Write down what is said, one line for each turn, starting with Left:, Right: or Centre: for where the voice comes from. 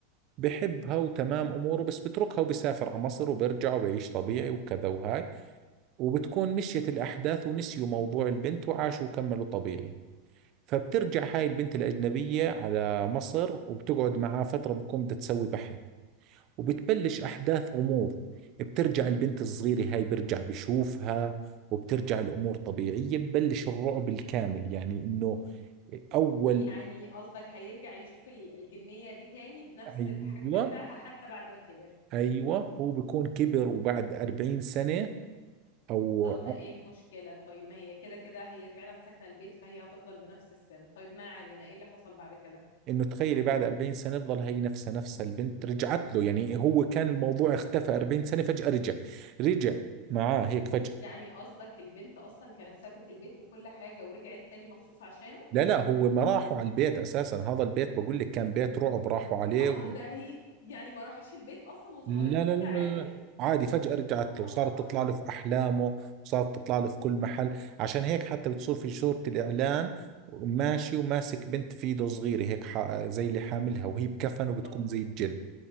Right: بحبها وتمام اموره بس بتركها وبسافر على مصر وبرجع وبعيش طبيعي وكذا وهاي وبتكون مشيت الاحداث ونسيوا موضوع البنت وعاشوا وكملوا طبيعي فبترجع هاي البنت الاجنبيه على مصر وبتقعد معاه فتره بتكون بدها تسوي بحث وبتبلش احداث غموض بترجع البنت الصغيره هاي برجع بشوفها وبترجع الامور طبيعيه ببلش الرعب الكامل يعني انه اول
Left: يعني قصدك هيرجع يشوف ال- الجنية دي تاني بنفس
Right: ايوه
Left: الحجم بتاعها حتى بعد ما كبر
Right: ايوه هو بيكون كبر وبعد 40 سنه او
Left: طب ما ايه المشكلة طيب ما هي كده كده هي فعلا ساكنة البيت فهي هتفضل بنفس السن طيب ما علينا ايه اللي حصل بعد كده
Right: انه تخيلي بعد 40 سنه تظل هي نفسها نفسها البنت رجعت له يعني هو كان الموضوع اختفى 40 سنه فجاه رجع رجع معاه هيك فجاه
Left: يعني قصدك البنت اصلا كانت سابت البيت وكل حاجة ورجعت تاني مخصوص عشانه
Right: لا لا هو ما راحوا على البيت اساسا هذا البيت بقول لك كان بيت رعب راحوا عليه
Left: اه
Right: و...
Left: ده هي يعني ما راحش البيت اصلا وظهرت
Right: لا
Left: له
Right: لا
Left: كده
Right: لا لا
Left: عادي
Right: لا عادي فجاه رجعت
Left: اه
Right: له وصارت تطلع له في احلامه وصارت تطلع له في كل محل عشان هيك حتى بتصير في صوره الاعلان ماشي وماسك بنت في ايده صغيره هيك ح... زي اللي حاملها وهي بكفن وبتكون
Left: طب
Right: زي الجن